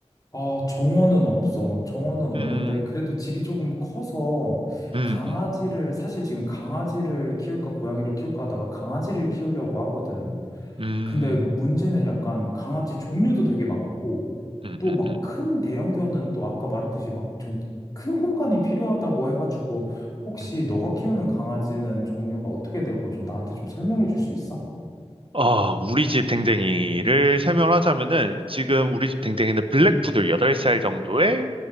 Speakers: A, on the left; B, on the right.
A: 아, 정원은 없어. 정원은 없는데,
B: 음,
A: 그래도 집이 조금 커서,
B: 음,
A: 강아지를,
B: 음,
A: 사실 지금 강아지를 키울까, 고양이를 키울까 하다가 강아지를 키우려고 하거든.
B: 음,
A: 근데 문제는 약간 강아지 종류도 되게 많고,
B: 음,
A: 또
B: 음,
A: 막
B: 음,
A: 큰 대형견은 또 아까 말했듯이 막 좀 큰 공간이 필요하다고 해가지고, 혹시
B: 음.
A: 너가 키우는 강아지는 종류가 어떻게 되고 좀 나한테 좀 설명해 줄 수 있어?
B: 아, 우리 집 댕댕이를 설명을 하자면은 지금 우리 집 댕댕이는 블랙푸들 8살 정도에